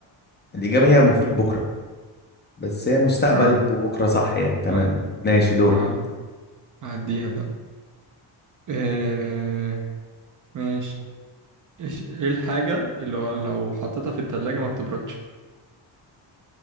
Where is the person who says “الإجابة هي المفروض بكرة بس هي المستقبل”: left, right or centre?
Left